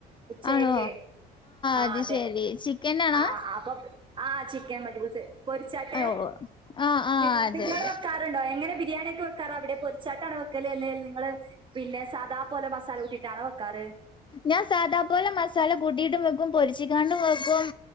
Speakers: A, on the right; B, on the left.
A: ഉച്ചക്കെക്കെ
B: ആണോ
A: ആഹ്
B: അത്
A: അതെ
B: ശെരി ചിക്കനാണോ
A: ആഹ് അപ്പം. ആഹ് ചിക്കൻ മജ്ബൂസ് പൊര്ച്ചാട്ട്
B: ഓ ആഹ് ആഹ്
A: നി
B: അതെ
A: നിങ്ങള്
B: അതെ
A: വെക്കാ രണ്ടോ എങ്ങനെ ബിരിയാണ്യൊക്കെ വെക്കാറവിടെ പൊര്ച്ചാട്ടാണ് വെക്കല് അല്ലേൽ നിങ്ങള്. പിന്നെ സാദാ പോലെ മസാല കൂട്ടിയിട്ടാണോ വെക്കാറ്.
B: ഞാൻ സാധാ പോലെ മസാല കൂട്ടിയിട്ടും വെക്കും പൊരിച്ചിക്കാണ്ടും വെക്കും.